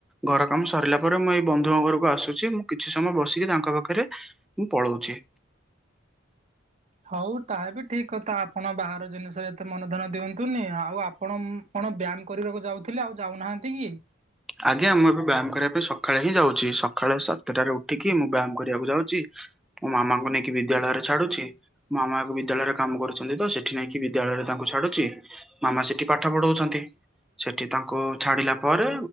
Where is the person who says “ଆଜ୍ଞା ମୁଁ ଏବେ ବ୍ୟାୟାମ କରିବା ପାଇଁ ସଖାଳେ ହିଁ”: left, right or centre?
Centre